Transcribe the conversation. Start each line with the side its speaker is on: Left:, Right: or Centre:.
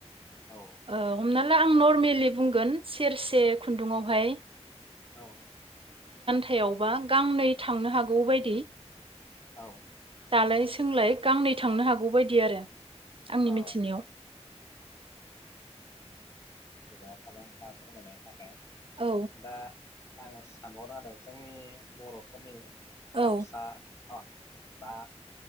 Left: औ
Right: ओ हमनाल ला आं नरमेलि बुंगोन सेरसे खुन्दुंआवहाय
Left: औ।
Right: थायावबा गांनै थांनो हागौ बायदि
Left: औ
Right: दालाय सोंलाय गांनै थांनो हागौ बदि आरो आंनि
Left: औ
Right: मिथिनायाव
Left: गोजोना थाबाय नोंथाङा फोरमायनो थाखाय
Right: औ
Left: दा आङो सानहर आरो जोंनि बर'फोरनि
Right: औ
Left: गामसा अ बा